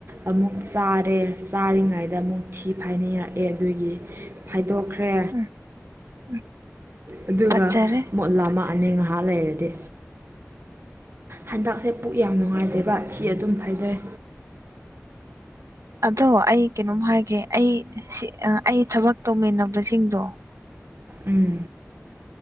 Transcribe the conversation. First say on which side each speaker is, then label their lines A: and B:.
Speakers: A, on the right (about 50°); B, on the right (about 80°).
A: ꯑꯃꯨꯛ ꯆꯥꯔꯦ ꯆꯥꯔꯤꯉꯩꯗ ꯑꯃꯨꯛ ꯊꯤ ꯐꯥꯏꯅꯔꯛꯑꯦ ꯑꯗꯨꯒꯤ ꯐꯥꯏꯗꯣꯛꯈ꯭ꯔꯦ
B: ꯎꯝ ꯎꯝ
A: ꯑꯗꯨꯒ
B: ꯐꯠꯖꯔꯦ
A: ꯃꯣꯠꯂ ꯑꯃ ꯑꯅꯤ ꯉꯥꯏꯍꯥꯛ ꯂꯩꯔꯗꯤ ꯍꯟꯗꯛꯁꯦ ꯄꯨꯛ ꯌꯥꯝ ꯅꯨꯡꯉꯥꯏꯇꯦꯕ ꯊꯤ ꯑꯗꯨꯝ ꯐꯩꯗꯩ
B: ꯑꯗꯣ ꯑꯩ ꯀꯩꯅꯣꯝ ꯍꯥꯏꯒꯦ ꯑꯩ ꯑꯩ ꯊꯕꯛ ꯇꯧꯃꯤꯟꯅꯕꯁꯤꯡꯗꯣ
A: ꯎꯝ